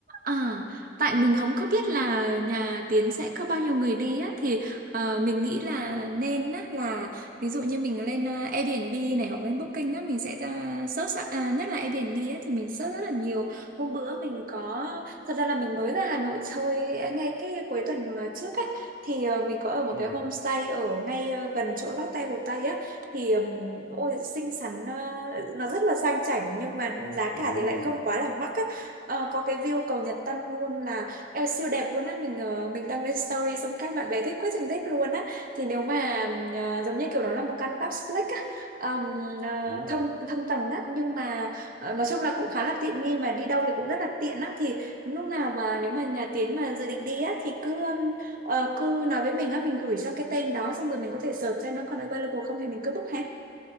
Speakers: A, on the right (about 50°); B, on the left (about 60°).
A: À, tại mình không có biết là nhà Tiến sẽ có bao nhiêu người đi á thì ờ, mình nghĩ là nên á là ví dụ như mình lên ờ, Airbnb này hoặc lên Booking á mình sẽ ra search á, à, nhất là Airbnb á thì mình search rất là nhiều. Hôm bữa mình có thật ra là mình mới ra Hà Nội chơi à, ngay cái cuối tuần mà trước á thì ờ, mình có ở một
B: ừ
A: cái homestay ở ngay ờ, gần chỗ Lotte Hồ Tây á thì ừm, ôi xinh xắn ờ, nó rất là sang chảnh nhưng mà
B: <laughs>
A: giá
B: u
A: cả thì lại không quá là mắc á Ờ, có cái view cầu Nhật Tân luôn là eo siêu đẹp luôn á mình ờ, mình đăng lên story xong các bạn bè thích quá trình thích luôn á thì nếu mà ờ, giống như kiểu đó là một căn duplex á ờm, ờ,
B: Ồ,
A: thông thông tầng á nhưng mà ờ, nói chung là cũng khá là tiện nghi mà đi đâu thì cũng rất là tiện á thì lúc nào mà nếu mà nhà Tiến mà dự định đi á thì cứ ừm, ờ, cứ nói với mình á mình gửi cho cái tên đó xong rồi mình có thể search xem nó còn available không thì mình cứ book ha